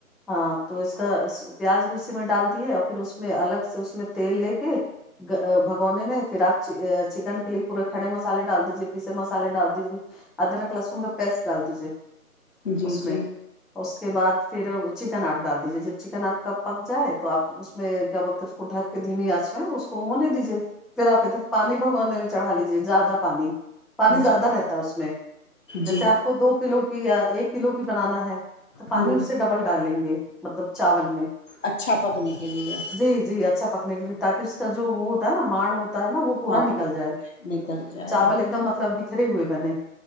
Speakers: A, in the centre; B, on the left (about 60°).
A: ہاں تو اس کا پیاز بھی اسی میں ڈال دیے اور پھر اس میں الگ سے اس میں تیل لے کے بگونے میں پھر آپ چکن کے لیے پورے کھڑے مسالے ڈال دیجیے پیے مسالے ڈال دیجے ادرک لہسن کا پیسٹ ڈال دیجیے
B: جی
A: اس
B: جی
A: میں اس کے بعد پھر چکن آپ ڈال دیجیے جب چکن آپ کا پک جائے تو آپ اس میں کیا بولتے ہیں اس کو ڈھک کے دھیمی آس میں اس کو ہونے دیجے پھر آپ ادھر پانی بگوانے میں چڑھا لیجیے زیادہ پانی پانی
B: جی
A: زیادہ رہتا ہے اس میں جیسے
B: جی
A: آپ کو دو کلو کی یا ایک کلو کی بنانا ہے تو پانی
B: ہوں
A: اس سے ڈبل ڈالیں گے مطلب چاول میں
B: اچھا پکنے کے لیے
A: جی جی اچھا پکنے کے لیے تاکہ اس کا جو وہ ہوتا ہے نا ماڑ ہوتا ہے نا وہ پورا
B: آپ
A: نکل جائے
B: نکل جائے
A: چاول ایک دم مطلب بکھرے ہوئے بنے